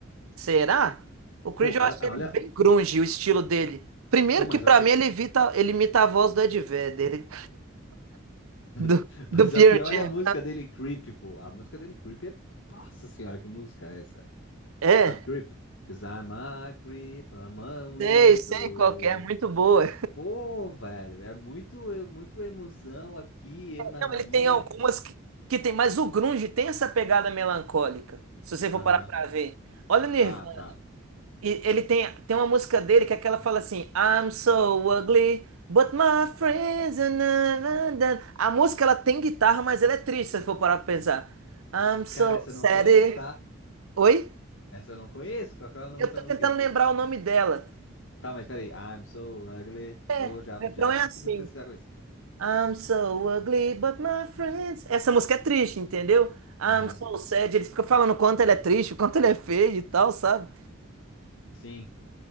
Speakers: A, on the right (about 80°); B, on the left (about 60°).
A: Será? O Creed
B: Pô,
A: eu
B: olha.
A: acho
B: ah,
A: ele
B: olha-
A: bem grunge, o estilo dele. Primeiro
B: Pô, mas,
A: que pra
B: ok-
A: mim ele evita, ele imita a voz do Ed Vedder, ele- do,
B: <laughs> mas
A: do Pearl
B: aqui, olha
A: Jam.
B: a música dele, Creep, pô. A música dele, Creep, é. Nossa senhora, que música é essa?
A: É,
B: Sabe Creep? Cause I'm a creep, I'm a weirdo.
A: sei, sei qual que é, muito boa.
B: Pô, velho, é muito, é muito emoção aqui, eu na
A: Não,
B: minha.
A: ele tem algumas que, que tem, mas o grunge tem essa pegada melancólica, se você for
B: Aham.
A: parar pra ver. Olha o Nirvana,
B: Ah, tá.
A: E ele tem, tem uma música dele que é aquela fala assim: I'm so ugly, but my friends. are na- na- na." A música ela tem guitarra, mas ela é triste, se for parar pra pensar. I'm so
B: Cara, essa
A: sad.
B: eu não conheço, tá?
A: Oi?
B: Essa eu não conheço. Qual que é o nome
A: Eu
B: dessa
A: tô
B: música
A: tentando
B: aí?
A: lembrar o nome dela.
B: Tá, mas peraí. I'm so ugly.
A: É,
B: Vou já,
A: o refrão
B: já
A: é
B: consigo
A: assim:
B: pesquisar com isso.
A: I'm so ugly, but my friends. Essa música é triste, entendeu? I'm
B: Aham.
A: so sad. Eles ficam falando o quanto ele é triste, o quanto ele é feio e tal, sabe?
B: Sim.